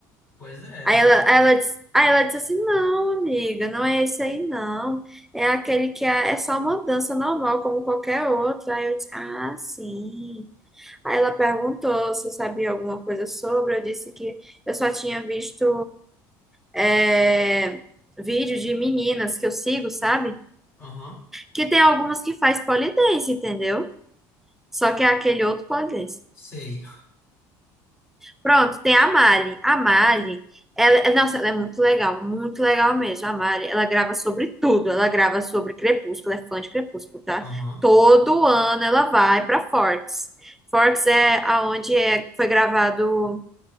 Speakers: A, on the left (about 30°); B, in the centre.
A: Pois é,
B: Aí
A: realmente.
B: ela, aí ela, disse, aí ela disse assim: não, amiga, não é esse aí, não. É aquele que é, é só uma dança normal, como qualquer outra. Aí eu disse: ah, sim. Aí ela perguntou se eu sabia alguma coisa sobre. Eu disse que eu só tinha visto é, vídeos de meninas que eu sigo, sabe?
A: Aham,
B: Que tem algumas que faz pole dance, entendeu? Só que é aquele outro pole dance.
A: sei.
B: Pronto, tem a Mali. A Mali, ela, é, nossa, ela é muito legal, muito legal mesmo. A Mali, ela grava sobre tudo. Ela grava sobre Crepúsculo, é fã de Crepúsculo, tá?
A: Aham.
B: Todo ano ela vai pra Forks. Forks é aonde é, foi gravado